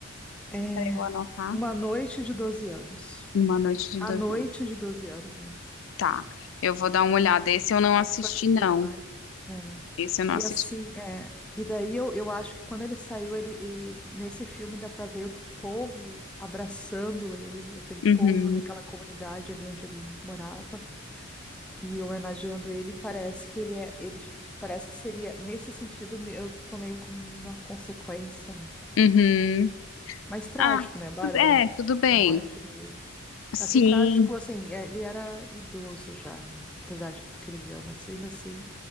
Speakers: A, in the centre; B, on the left (about 65°).
A: É
B: Pra eu anotar.
A: Uma Noite de doze Anos.
B: Uma Noite de
A: A
B: Dezembro.
A: Noite de doze Anos, né?
B: Tá, eu vou dar uma olhada. Esse eu não assisti,
A: É, 12
B: não.
A: Years Night. É.
B: Esse eu não assisti.
A: E assim, é, e daí eu, eu acho que quando ele saiu, ele, e nesse filme dá pra ver o que o povo abraçando ele, aquele povo
B: Uhum,
A: daquela comunidade ali onde ele morava, e homenageando ele, parece que ele é, ele j- parece que seria, nesse sentido, me- eu tomei como uma consequência, né?
B: uhum.
A: Mas trágico,
B: Ah,
A: né, Bárbara?
B: tudo, é, tudo bem.
A: A morte dele.
B: Sim,
A: Assim, trágico, assim, é, ele era idoso já, né? Apesar de tudo que ele viveu, mas ainda assim,